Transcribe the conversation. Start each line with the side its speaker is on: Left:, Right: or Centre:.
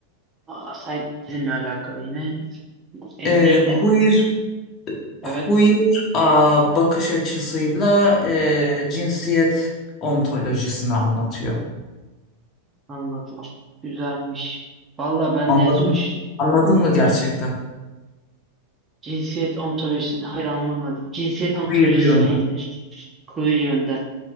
Right: Aa, say sizinle alakalı yine. E,
Left: Ee,
Right: ne, ne-
Left: queer
Right: evet
Left: queer aa, bakış açısıyla ee, cinsiyet ontolojisini anlatıyor.
Right: anladım. Güzelmiş. Valla ben
Left: Anladın?
Right: de en son şi-
Left: Anladın mı gerçekten?
Right: cinsiyet ontolojisini hayır anlamadım. Cinsiyet
Left: Queer
Right: ontolojisi
Left: yönden.
Right: neydi? Queer yönden.